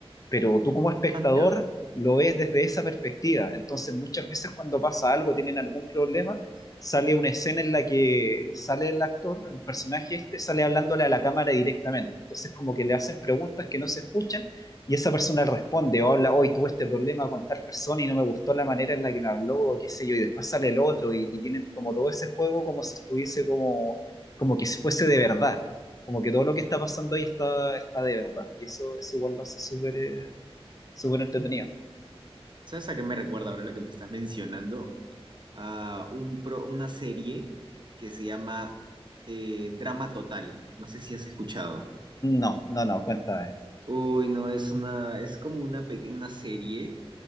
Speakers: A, on the left; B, on the right.
A: pero tú como espectador
B: Ah, mira.
A: lo ves desde esa perspectiva. Entonces muchas veces cuando pasa algo, tienen algún problema, sale una escena en la que sale el actor, el personaje este, sale hablándole a la cámara directamente. Entonces como que le hacen preguntas que no se escuchan y esa persona responde o habla, hoy tuve este problema con tal persona y no me gustó la manera en la que me habló, o qué sé yo, y después sale el otro y, y tienen como todo ese juego como si estuviese como, como que fuese de verdad. Como que todo lo que está pasando ahí está, está de verdad. Y eso, eso igual lo hace súper eh, súper entretenido.
B: ¿Sabes a qué me recuerda ahora lo que me estás mencionando? A un pro- una serie que se llama eh, Drama Total. No sé si has escuchado.
A: No, no, no, cuéntame.
B: Uy, no, es una, es como una pequeña serie